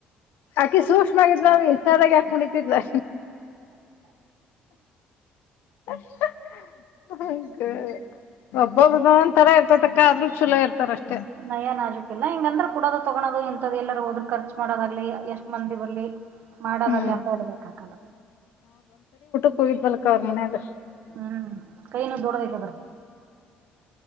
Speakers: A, on the left; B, on the right.
A: ಆಕಿ ಸೂಕ್ಷ್ಮ ಆಗಿದ್ಲ ಇಷ್ಟಾದಾಗ ಯಾಕೆ ಕುಣಿತಿಳ್ದು <inaudible> ಹ ಒಬ್ಬರು ಒಬ್ಬರುದು ಒತರ ಇರ್ತತಕ್ಕ ಆದ್ರೂ ಚಲೋ ಇರ್ತಾರಷ್ಟೆ
B: ನಯ ನಾಜುಕ್ಕು ಇಲ್ಲಾ ಹಂಗಂದ್ರೆ ಕುಡೋದು ತೊಗೋದು ಎಲ್ಲರೂ ಹೋದ್ರರು ಖರ್ಚ ಮಾಡೋದಾಗ್ಲಿ ಎಷ್ಟ್ ಮಂದಿ ಬರಲಿ ಮಾಡೋದಲ್ಲಿ
A: ಹ್ಮ್
B: ಅಂತ ಹೇಳೋಕ್ಕೆ ಆಗಲ್ಲ
A: ಅವರ ಮನೆಯಾಗ
B: ಹ್ಮ್ ಕೈನು ದೊಡ್ಡೋದು ಆಯ್ತೆ